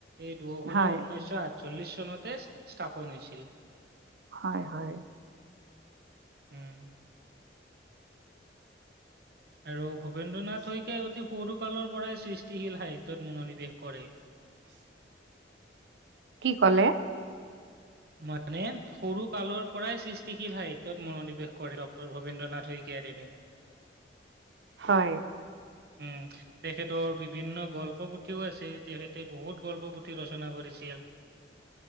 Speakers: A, on the right; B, on the right.
A: এই দুখনেই
B: হয়
A: ঊনৈছশ আঠ চল্লিশ চনতে স্থাপন হৈছিল।
B: হয় হয়।
A: উম' আৰু ভবেন্দ্ৰ নাথ শইকীয়া য়ে অতি সৰু কালৰ পৰাই সৃষ্টিশীল সাহিত্যত মনোনিৱেশ কৰে।
B: কি কলে?
A: মানে সৰু কালৰ পৰাই সৃচ তিশীল সাহিত্যত মনোনিৱেশ কৰে, ডঃ ভবেন্দ্ৰ নাথ শইকীয় দেৱে।
B: হয়,
A: উম' তেখেতৰ বিভিন্ন গল্প-পুথিও আছে। তেখেতে বহুত গল্প-পুথি ৰচনা কৰিছিল।